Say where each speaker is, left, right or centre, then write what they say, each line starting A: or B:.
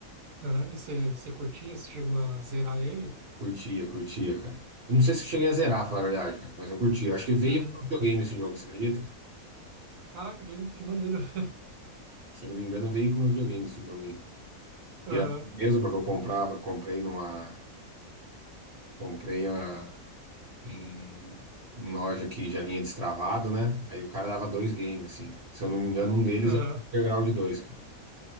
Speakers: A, on the right; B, on the right.
A: Ah, e você, você curtia, você chegou a zerar ele?
B: Curtia, curtia, cara. Eu não sei se eu cheguei a zerar, falar a verdade, cara, mas eu curtia. Acho que veio
A: Uhum.
B: com o videogame esse jogo, você acredita?
A: Caraca, que, que maneiro. <laughs>
B: Se eu não me engano, veio com o videogame esse jogo aí.
A: Aham,
B: Pirata mesmo, porque eu comprava, comprei numa. Comprei uma, em, em loja que já vinha destravado, né? Aí o cara dava dois games, assim. Se eu não me engano, um deles
A: aham.
B: é o Underground dois cara.